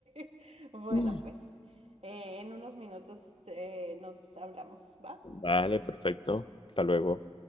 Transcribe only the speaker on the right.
<laughs> Bueno,
pues eh, en unos minutos eh, nos hablamos, ¿va?